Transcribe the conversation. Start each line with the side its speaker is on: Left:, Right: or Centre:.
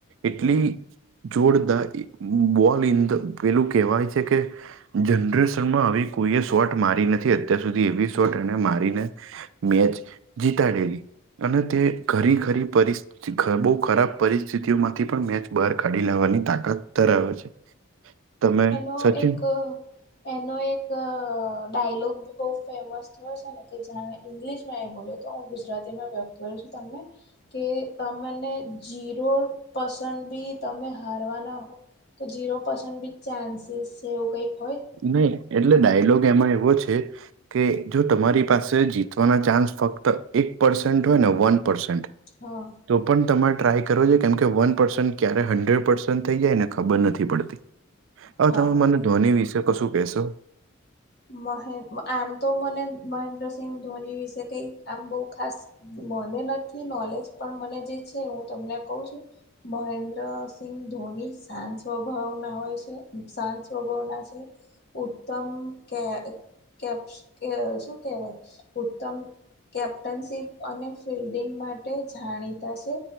Right: એટલી જોરદાર બોલ ઇન ધ પેલું કેહેવાય છે કે જનરેશનમાં આવી કોઈએ શોટ મારી નથી અત્યાર સુધી એવી શોટ એને મારીને મેચ જીતાડેલી અને તે ઘરી ખરી પરસ્ બહુ ખરાબ પરિસ્થિતિઓ માંથી પણ મેચ બહાર કાઢી લેવાની તાકાત ધરાવે છે. તમે
Left: એનો
Right: સચિન
Left: એક એનો એક ડાયલોગ બહુ ફેમસ થયો છે ને કે જાને ઇંગ્લિશમાં એ બોલ્યો તો હું ગુજરાતીમાં વ્યક્ત કરું છું તમને કે તમને જીરો પસન્ટ બી તમે હારવાના હો તો ઝીરો પસન્ટ બી ચાન્સેસ છે એવું કઈ
Right: ની એટલે ડાયલોગ એમાં એવો છે કે જો તમારી પાસે જીતવાના ચાન્સ ફક્ત એક પર્સેન્ટ હોય ને વન પરસેન્ટ
Left: હા
Right: તો પણ તમે ટ્રાય છેકેમ કે વન પર્સન્ટ હંડ્રેડ પર્સન્ટ થઈ જાય એને ખબર નથી પડતી.
Left: હા
Right: તમે મને
Left: એ
Right: ધોની વિશે કશું કેહેશો?
Left: મહે આમ તો મને મહેન્દ્રસિંહ ધોની વિશે કઈ આમ બો ખાસ મને નથી નોલેજ પણ મને જે છે હું તમને કવ છું મહેન્દ્ર ધોની શાંત સ્વભાવ ના હોય છે શાંત સ્વભાવના છે. ઉત્તમ કે કેપ શું કેહેવાય ઉત્તમ કેપ્ટનશીપ અને ફિલ્ડિંગ માટે જાણી તા છે.